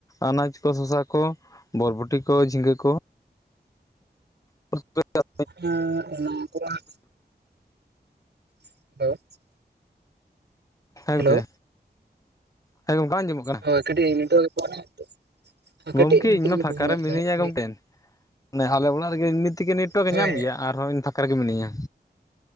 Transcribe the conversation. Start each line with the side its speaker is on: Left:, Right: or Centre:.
Left: ᱟᱱᱟᱡᱽ ᱠᱚ ᱥᱚᱥᱟ ᱠᱚ ᱵᱚᱨᱵᱚᱴᱤ ᱠᱚ ᱡᱷᱤᱸᱜᱟᱹ ᱠᱚ <unintelligible>
Right: ᱦᱮᱸ ᱚᱱᱟ <unintelligible> <unintelligible>
Left: ᱦᱮᱸ
Right: ᱦᱮᱞᱳ
Left: ᱜᱚᱝᱠᱮ ᱦᱮᱸ ᱜᱚᱝᱠᱮ ᱵᱟᱝ ᱟᱸᱡᱚᱢᱚᱜ ᱠᱟᱱᱟ
Right: ᱦᱳᱭ ᱠᱟᱹᱴᱤᱡ <unintelligible> ᱠᱟᱹᱴᱤᱡ
Left: ᱜᱚᱝᱠᱮ
Right: ᱠᱟᱹᱴᱤᱡ
Left: ᱤᱧᱢᱟ
Right: ᱜᱮ ᱯᱨᱚᱵᱞᱮᱢ
Left: ᱯᱷᱟᱠᱟ
Right: ᱮᱫ
Left: ᱨᱮ
Right: ᱛᱟᱦᱮᱸᱫ
Left: ᱢᱤᱱᱟᱹᱧᱟ
Right: ᱟᱨᱠᱤ᱾
Left: ᱜᱚᱝᱠᱮ ᱢᱟᱱᱮ ᱟᱞᱮ ᱚᱲᱟᱜ ᱨᱮᱜᱮ ᱤᱢᱱᱤ ᱛᱮᱜᱮ ᱱᱮᱴᱳᱣᱟᱨᱠ
Right: ᱦᱳᱭ
Left: ᱮ ᱧᱟᱢ ᱜᱮᱭᱟ ᱟᱨᱦᱚᱸ ᱤᱧ ᱯᱷᱟᱠᱟ ᱨᱮ ᱢᱤᱱᱟᱧᱟ